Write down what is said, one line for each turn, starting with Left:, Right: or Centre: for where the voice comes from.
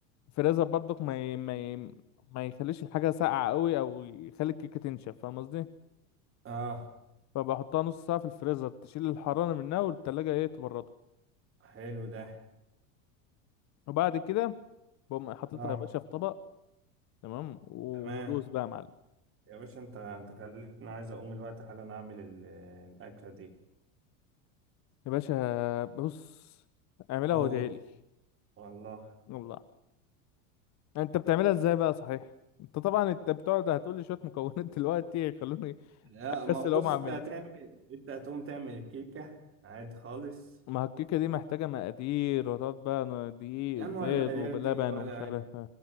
Left: فريزر برضك ما ي... ما ي... ما يخليش الحاجة ساقعة قوي او يخلي الكيكة تنشف فاهم قصدي
Right: اه
Left: فبحطها نص ساعة في الفريزر تشيل الحرارة منها والتلاجة ايه تبردها
Right: حلو ده
Left: وبعد كده بقوم حاططها
Right: اه
Left: يا باشا في طبق تمام ودوس
Right: تمام
Left: بقى يا معلم
Right: يا باشا انت انت خليتني عايز اقوم الوقت حالا اعمل ال- الاكلة دي
Left: يا باشا بص اعملها
Right: اوه
Left: وادعي لي
Right: والله
Left: والله انت بتعملها ازاي بقى صحيح انت طبعا انت بتقعد هتقول لي شوية مكونات <laughs> دلوقتي خلوني
Right: لا ما
Left: اكسل
Right: هو بص
Left: اقوم اعمل
Right: انت هتعمل
Left: ايه
Right: انت هتقوم تعمل الكيكة عادي خالص
Left: ما هو الكيكة دي محتاجة مقادير وتقعد بقى دقيق
Right: يا عم
Left: وبيض
Right: ولا مقادير
Left: ولبن
Right: دي ولا
Left: ومش عارف